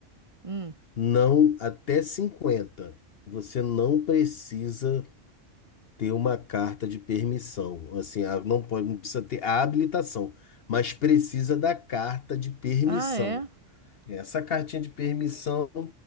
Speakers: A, on the right; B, on the left.
A: Hum.
B: Não até cinquenta Você não precisa ter uma carta de permissão. Assim, a- não pode, não precisa ter a habilitação, mas precisa da carta de permissão.
A: Ah, é?
B: Essa cartinha de permissão,